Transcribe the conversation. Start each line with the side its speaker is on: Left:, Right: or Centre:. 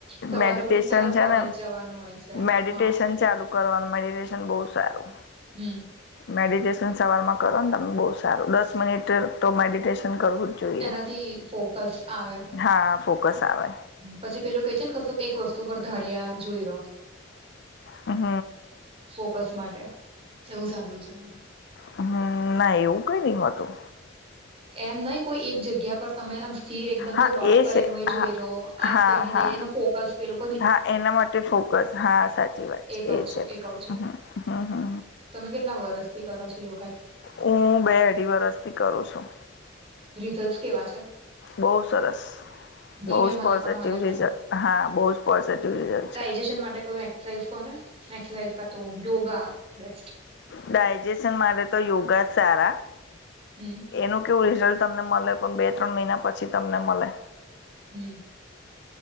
Right: સવારે
Left: મેડિટેશન
Right: ઉઠીને તરત
Left: છે
Right: કોલેજ
Left: ને
Right: જવાનું હોય છે
Left: મેડિટેશન
Right: હા.
Left: ચાલુ કરવાનું મેડિટેશન બહું સારું.
Right: હમ્મ.
Left: મેડિટેશન સવારમાં કરો ને તમે બહુ સારું દસ મિનિટ તો મેડિટેશન કરવું જ જોઈએ.
Right: એનાથી ફોકસ આવે
Left: હા ફોકસ આવે
Right: પછી પેલું કે છે ને કશું એક વસ્તુ પર ધાર્યા જોઈ રહો
Left: હમ
Right: ફોકસ માટે એવું સાંભળું છે
Left: હમ ના એવું કઈ નઈ હોતું
Right: એમ નઈ કોઈ એક જગ્યા પર તમે સ્થિર એકદમ
Left: હા
Right: કોઈ ડોટ
Left: એ
Right: કરીને
Left: છે
Right: હોય
Left: હા
Right: જોઈ રહો આંખ
Left: હા
Right: થઈને ત
Left: હા
Right: એનો ફોકસ પેલુ
Left: હા એના માટે ફોકસ હા સાચી વાત છે
Right: કઉ
Left: એ
Right: છું
Left: છે
Right: કઉ છું
Left: હ
Right: તમે કેટલા વર્ષથી કરો છો યોગ
Left: હું બે અઢી વરષથી કરું છું
Right: રિઝલ્ટ કેવા છે
Left: બહુ સરસ
Right: ધીમે
Left: બહુ
Right: મળે
Left: જ પોઝિટિવ
Right: પણ મળે ખરા
Left: રિઝલ્ટ હા બહુ જ પોઝિટિવ રિઝલ્ટ છે
Right: <unintelligible> માટે કોઈ સાઇઝ કોને એક્સરસાાઈઝ ક તો યોગા બેસ્ટ
Left: ડાયજેશન માટે તો યોગા સારા
Right: હમ
Left: એનું કેવું રિઝલ્ટ તમને મલે પણ બે ત્રણ મહિના પછી તમને મલે
Right: હમ